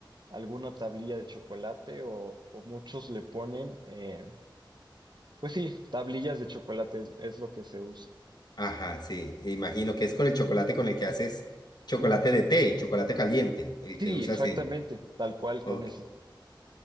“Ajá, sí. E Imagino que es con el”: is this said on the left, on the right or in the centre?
Left